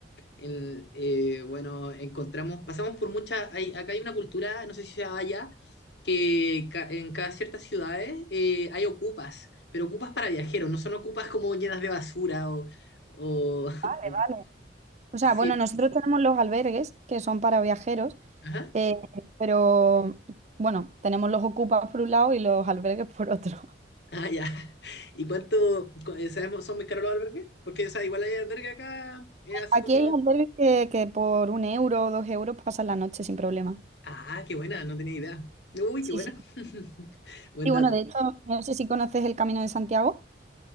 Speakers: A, on the left (about 70°); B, on the right (about 40°).
A: el, eh, bueno, encontramos, pasamos por muchas, hay- acá hay una cultura, no sé si sea allá, que ca- en cada ciertas ciudades eh, hay ocupas, pero ocupas para viajeros, no son ocupas como llenas de basura o, o, <laughs>
B: Vale,
A: o-
B: vale. O sea,
A: sí,
B: bueno, nosotros tenemos los albergues, que son para viajeros,
A: ajá,
B: eh, pero bueno, tenemos los ocupas por un lado y los albergues por otro. <laughs>
A: ah, ya. <laughs> ¿Y cuánto, cu- eh, sabemos, son muy caros los albergues? Porque, o sea, igual hay albergue acá, eh, así
B: Aquí
A: como,
B: hay albergues que, que por un euro o dos euros pasas la noche sin problema.
A: ah, qué buena, no tenía idea. Uy,
B: Sí,
A: qué buena.
B: sí.
A: <laughs> Buen
B: Y
A: dato.
B: bueno, de hecho, no sé si conoces el Camino de Santiago.